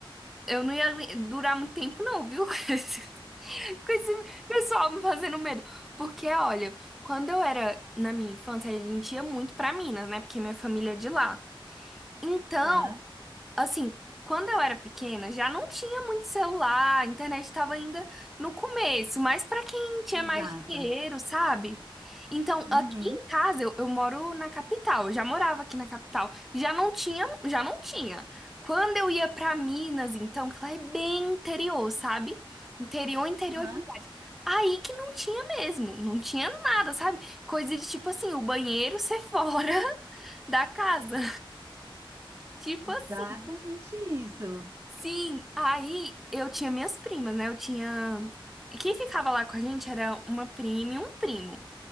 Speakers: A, in the centre; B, on the right.
A: eu não ia durar muito tempo não, viu? <laughs> <laughs> Com esse pessoal me fazendo medo. Porque, olha, quando eu era na minha infância, a gente ia muito pra Minas, né? Porque minha família é de lá. então
B: Aham,
A: Assim, quando eu era pequena, já não tinha muito celular, a internet estava ainda no começo, mas para quem tinha
B: exato.
A: mais dinheiro, sabe? Então,
B: Uhum,
A: aqui em casa, eu, eu moro na capital, eu já morava aqui na capital, já não tinha, já não tinha. Quando eu ia para Minas, então, que lá é bem interior, sabe? Interior, interior
B: uhum.
A: de verdade. Aí que não tinha mesmo, não tinha nada, sabe? Coisa de tipo assim, o banheiro ser fora <laughs> da casa. Tipo
B: Exatamente
A: assim.
B: isso.
A: Sim, aí eu tinha minhas primas, né? Eu tinha. Quem ficava lá com a gente era uma prima e um primo.